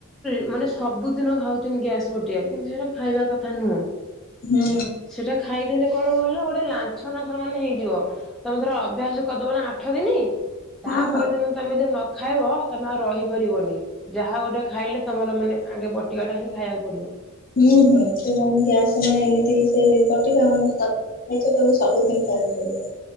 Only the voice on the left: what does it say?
ହୁଁ
ହଁ
ହଁ
ହୁଁ ହୁଁ ସେମାନେ ଗ୍ୟାସ୍ ନ ଏମିତି ସେ ବଟିକା ମାନେ ଥ ନେଇଚ ତମେ ସବୁଦିନ୍ ଖାଇବାକୁ ପଡିବ।